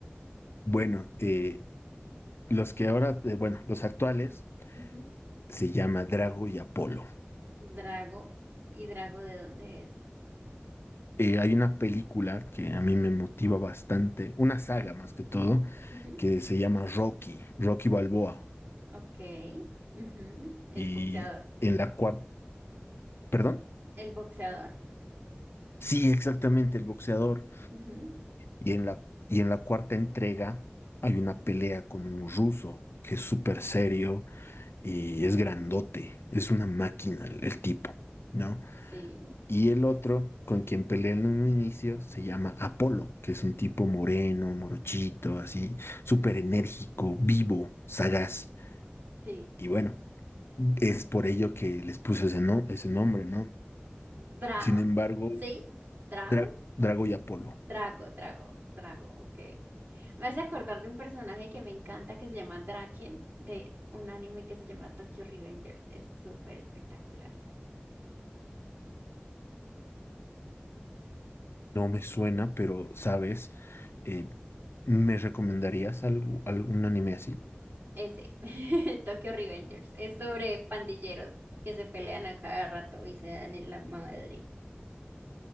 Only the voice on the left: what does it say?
Bueno, eh, los que ahora, eh, bueno, los actuales
se llama Drago y Apolo.
Eh, hay una película que a mí me motiva bastante, una saga más que todo,
que se llama Rocky, Rocky Balboa,
y
en la cual, ¿perdón?
Sí, exactamente, el boxeador.
Y en la, y en la cuarta entrega hay una pelea con un ruso que es súper serio y es grandote, es una máquina el, el tipo, ¿no?
Y el otro con quien pelea en un inicio se llama Apolo, que es un tipo moreno, morochito, así, súper
enérgico, vivo, sagaz.
Y bueno, es por ello que les puse ese, no, ese nombre, ¿no?
Sin embargo,
Dra- Drago y Apolo.
No me suena, pero sabes, Eh, ¿me recomendarías algo, algún anime así?